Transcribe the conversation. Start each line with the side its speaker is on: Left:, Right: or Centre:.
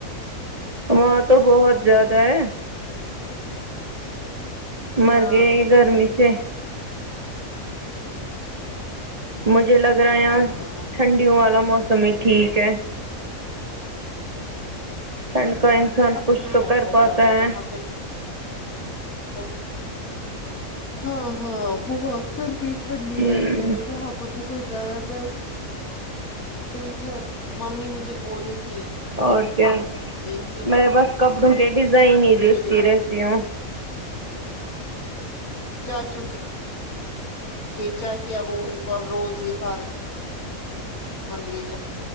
Right: وہاں تو بہت زیادہ ہے مر
Left: ہاں
Right: گئے یہ گرمی سے مجھے لگ رہا
Left: ہاں
Right: یہاں
Left: ہاں وہاں
Right: ٹھنڈیوں والا موسم ہی ٹھیک ہے ٹھنڈ کا انسان کچھ
Left: پہ نہیں
Right: تو
Left: لگتا
Right: کر پاتا
Left: زیادہ
Right: ہے
Left: وہاں پہ تو ہاں ہاں بہت پھر بھی ٹھنڈی
Right: ہوں
Left: ہے ادھر وہاں پہ بہت زیادہ گر می ہے ممی مجھے بول رہی تھی
Right: اور کیا
Left: ان کے بعد
Right: میں بس کپڑوں کے ڈیزائن ہی دیکھتی
Left: میرے
Right: رہتی ہوں
Left: چاچو کے بیچا کیا وہ ان کو اب روز ہی ہار من لی جائے